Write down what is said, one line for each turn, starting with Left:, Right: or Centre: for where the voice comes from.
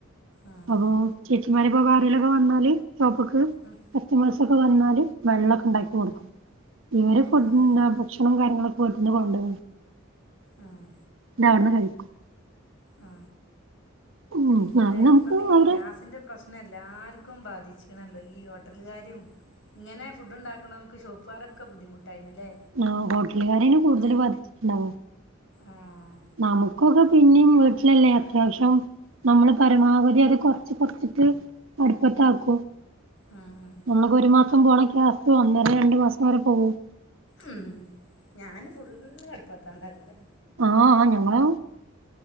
Left: ഉം
Right: അപ്പൊ ചേചിമാര് ഇപ്പോ ആരെയിലൊക്കെ വന്നാല് ഷോപ്പ്ക്ക്
Left: ഉം
Right: കസ്റ്റമേഴസ് ഒക്കെ വന്നാല് വെള്ളക്കെ ഇണ്ടാക്കി കൊടുക്കും ഇവര് ഫുഡണ്
Left: ആഹ്
Right: പ്രേഷ്‌ണം ഭക്ഷണം കാര്യങ്ങളൊക്കെ ഓര്ന്നേ കൊണ്ട്വരും
Left: ഉം
Right: ന്നട്ട് അവിടന്ന് കഴിക്കും
Left: ആ
Right: ഉം
Left: അല്ല
Right: അത് നമുക്ക്
Left: ഇപ്പ പിന്നെ
Right: അവരെ
Left: ഈ ഗ്യാസിന്റെ പ്രശ് നെ എല്ലാർക്കും ബാധിച്ചിക്കണല്ലോ ഈ ഹോട്ടല്കാരും ഇങ്ങനെ ഫുഡ് ഉണ്ടാക്കുന്നവർക്ക്ഷോപ്പുകാരൊക്കെ ബുദ്ധിമുട്ടായിര്ന്ന്ല്ലേ
Right: ആ ഹോട്ടലുകാരെണ് കൂടുതൽ ബാധിച്ചിട്ട്ണ്ടാവ
Left: ആഹ്
Right: നമുക്കൊക്കെ പി പിന്നെയും വീട്ട്ലല്ലേ അത്യാവശ്യം നമ്മള് പരമാവധി അത് കോർച്ച് കോർച്ചിട്ട് അട്പ്പത്ത് ആക്കും
Left: ഉം ഉം
Right: മ്മളക്ക ഒരു മാസം പക്കം പോണ ഒന്നര രണ്ടു മാസം വരെ പോകും
Left: മ് ഞാന് ഫുള്ള് അടുപ്പത്താണ്ടാക്ക
Right: ആഹ ഞങ്ങളും